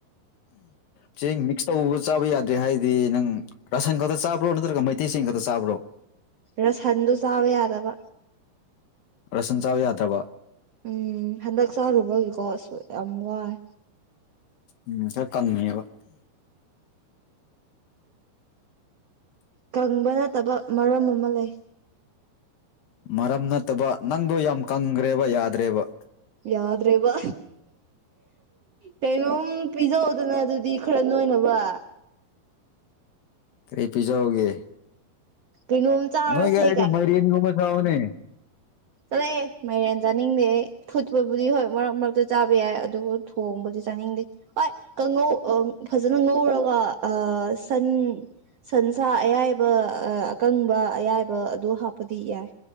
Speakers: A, on the left; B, on the right.
A: ꯆꯦꯡ ꯃꯤꯛꯁ ꯇꯧꯕ ꯆꯥꯕ ꯌꯥꯗ꯭ꯔꯦ ꯍꯥꯏꯗꯤ ꯅꯪ ꯔꯥꯁꯟ ꯈꯛꯇ ꯆꯥꯕ꯭ꯔꯣ ꯅꯠꯇ꯭ꯔꯒ ꯃꯩꯇꯩꯁꯤꯡ ꯈꯛꯇ ꯆꯥꯕ꯭ꯔꯣ
B: ꯔꯁꯟꯗꯨ ꯆꯥꯕ ꯌꯥꯗꯕ
A: ꯔꯁꯟ ꯆꯥꯎ ꯌꯥꯗ꯭ꯔꯕ
B: ꯎꯝ ꯍꯟꯗꯛ ꯆꯥꯔꯨꯕꯒꯤꯀꯣ ꯑꯁꯨ ꯌꯥꯝ ꯋꯥꯏ
A: ꯎꯝ ꯈꯔ ꯀꯪꯉꯕ
B: ꯀꯪꯕ ꯅꯠꯇꯕ ꯃꯔꯝ ꯑꯃ ꯂꯩ
A: ꯃꯔꯝ ꯅꯠꯇꯕ ꯅꯪꯗꯣ ꯌꯥꯝ ꯀꯪꯈ꯭ꯔꯦꯕ ꯌꯥꯗ꯭ꯔꯦꯕ
B: ꯌꯥꯎꯗ꯭ꯔꯦꯕ ꯀꯩꯅꯣꯝ ꯄꯤꯖꯧꯗꯅ ꯑꯗꯨꯗꯤ ꯈꯔ ꯅꯣꯏꯅꯕ
A: ꯀꯔꯤ ꯄꯤꯖꯎꯒꯦ
B: ꯀꯩꯅꯣꯝ ꯆꯥꯔꯁꯦ
A: ꯅ ꯌꯥ ꯃꯔꯤꯟꯒꯨꯝꯕ ꯆꯑꯣꯅꯦ
B: ꯆꯠꯂꯑꯦ ꯃꯥꯏꯔꯦꯟ ꯆꯥꯅꯤꯡꯗꯦ ꯐꯨꯠꯄꯕꯨꯗꯤ ꯍꯣꯏ ꯃꯔꯛ ꯃꯔꯛꯇ ꯆꯥꯕ ꯌꯥꯏ ꯑꯗꯨꯕꯨ ꯊꯣꯡꯕꯗꯤ ꯆꯥꯅꯤꯡꯗꯦ ꯍꯣꯏꯉꯧ ꯐꯖꯅ ꯉꯧꯔꯒ ꯑ ꯁꯟ ꯁꯟꯁꯥ ꯑꯌꯥꯏꯕ ꯑꯀꯪꯕ ꯑꯌꯥꯏꯕ ꯑꯗꯨ ꯍꯥꯞꯄꯗꯤ ꯌꯥꯏ